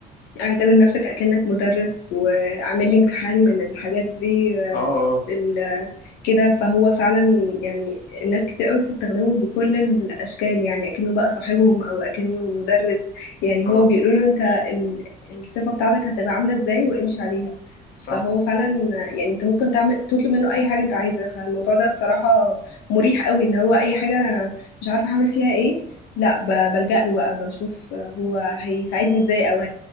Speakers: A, on the left; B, on the left.
A: اعتبر نفسك أكنك مدرس وعامل لي امتحان من الحاجات دي آه،
B: اه اه
A: ال- كده فهو فعلا يعني الناس كتير قوي بتستخدمه بكل الأشكال يعني أكنه بقى صاحبهم أو أكنه مدرس يعني
B: اه
A: هما بيقولوا له أنت ال- الصفة بتاعتك هتبقى عاملة إزاي وامشي عليها
B: صح
A: فهو فعلا يعني أنت ممكن تعمل تطلب منه أي حاجة أنت عايزها فالموضوع ده بصراحة مريح قوي إن هو أي حاجة أنا مش عارفة هعمل فيها إيه لا ب- بلجأ له بقى بشوف هو هيساعدني ازاي او